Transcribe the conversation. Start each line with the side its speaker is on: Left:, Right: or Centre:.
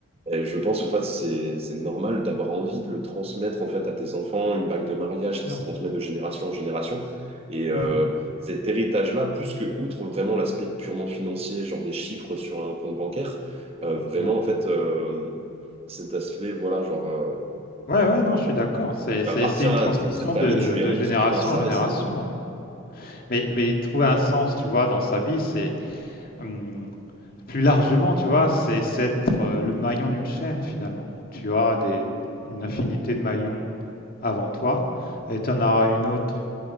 Right: Et je pense en fait c'est c'est normal d'avoir envie de le transmettre en fait à tes enfants, une bague de mariage
Left: Bien sûr.
Right: qui se transmet de génération en génération. Et euh,
Left: Mhm.
Right: cet héritage-là, plus que outre vraiment l'aspect purement financier, genre des chiffres sur un compte bancaire, euh, vraiment
Left: Ouais.
Right: en fait euh, cet aspect voilà genre euh,
Left: Ouais, ouais, non, je suis d'accord. C'est, c'est,
Right: tu appartiens
Left: c'est une
Right: à,
Left: transmission
Right: à cette famille,
Left: de,
Right: tu es
Left: de
Right: ancré
Left: génération
Right: dans ça
Left: en génération.
Right: et c'est
Left: hein. Mais, mais trouver un sens, tu vois, dans sa vie, c'est hum, plus largement, tu vois, c'est c'est être euh, le maillon d'une chaîne finalement. Tu as des, une infinité de maillons avant toi, et tu en auras une autre